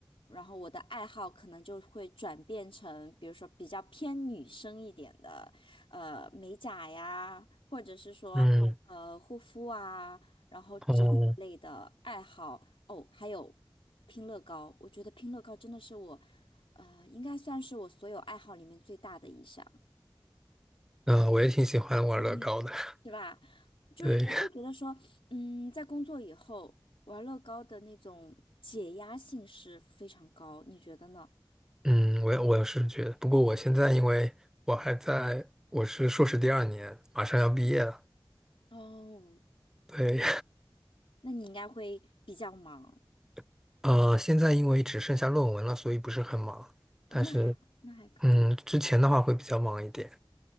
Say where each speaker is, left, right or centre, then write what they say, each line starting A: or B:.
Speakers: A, on the left (about 85°); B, in the centre.
A: 然后我的爱好可能就会转变成比如说比较偏女生一点的。呃美甲呀，或者是说呃护肤啊，
B: 嗯。
A: 然后这一类的爱好哦，
B: 哦，嗯，
A: 还有拼乐高，我觉得拼乐高真的是我，呃，应该算是我所有爱好里面最大的一项，
B: 呃我也挺喜欢玩乐高的。
A: 哎你
B: <laughs>
A: 是吧？就是我会觉得说，
B: 对，
A: 嗯，在工作以后玩乐高的那种解压性是非常高，你觉得呢？
B: 嗯，我也我也是觉得，不过我现在因为我还在，我是硕士第二年，马上要毕业了。
A: 哦，
B: 对，
A: 那你应该会比较忙
B: <laughs> 呃，现在因为只剩下论文了，所以不是很忙。
A: 哦，
B: 但是，
A: 那还好，那还可以
B: 嗯，之前的话会比较忙一点。